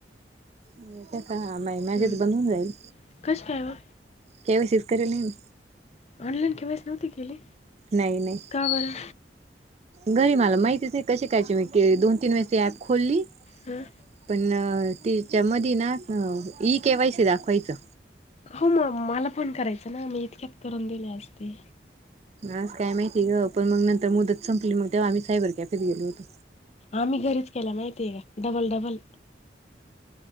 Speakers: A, on the right (about 40°); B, on the left (about 40°).
A: याच्या का मा मॅझ्याेत
B: हं.
A: बंद होून जाईल
B: कसं काय हो
A: केवे्हा शचकऱरीला नाही.
B: ऑनलाईन केवायसी नव्हती केली.
A: नाही नाही.
B: का बरं
A: घरी मला माहितीच आहे कशी करायचे मी क दोन तीन वेळेस ती ऍप खोलली.
B: हं?
A: पणं त्येच्या मधी ना अ ईकेवायसी दाखवायचं
B: हो मग मला पण करायचं ना मी इतक्यात करून दिले असते
A: आस काय माहिती ग पण मग नंतर मुदत संपली मग तेव्हाम्ही साबर कॅफेेत गेलो होतो
B: आम्ही घरीच केला माहिती आहे का डबल डबल